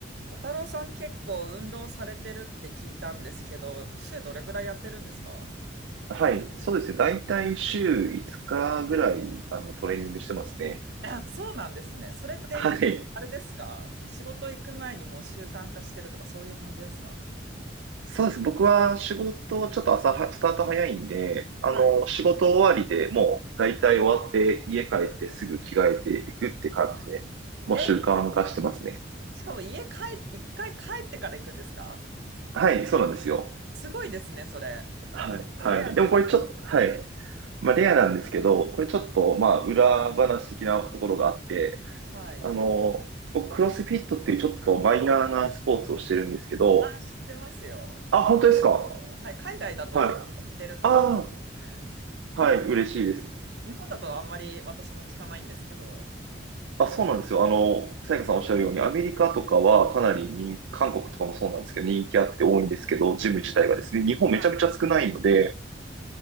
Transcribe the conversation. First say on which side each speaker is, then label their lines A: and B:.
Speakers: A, on the right; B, on the right.
A: 小太郎さん結構運動されてるって聞いたんですけど、週どれぐらいやってるんですか
B: はい、そうですね。だいたい週5日ぐらい、あの、トレーニングしてますね。
A: あ、そうなんですね。それって結構あれですか仕事行く前にもう習慣化してるとかそういう感じですか
B: はい。そうです。僕は仕事、ちょっと朝は、スタート早いんで、あの、
A: はい。
B: 仕事終わりでもう、だいたい終わって、家帰ってすぐ着替えていくって感じで、もう習慣化してますね。
A: え、しかも家帰、一回帰ってから行くんですか
B: はい、そうなんですよ。
A: すごいですね、それ。
B: はい、
A: 結構レアな。
B: はい。でもこれちょっと、はい。まあ、レアなんですけど、これちょっと、まあ、裏話的なところがあって、
A: はい。
B: あの、僕、クロスフィットっていうちょっとマイナーなスポーツをしてるんですけど、
A: あ、知ってますよ。
B: あ、
A: クロスフ
B: 本当ですか
A: ィット。はい。海外だと結構やってる方多いですよね。
B: はい。ああ、
A: 日本、
B: はい、嬉しいです。
A: 日本だとあんまり私も聞かないんですけど。
B: あ、そうなんですよ。あの、さやかさんおっしゃるように、アメリカとかはかなり人、韓国とかもそうなんですけど、人気あって多いんですけど、ジム自体がですね、日本めちゃめちゃ少ないので、
A: はい。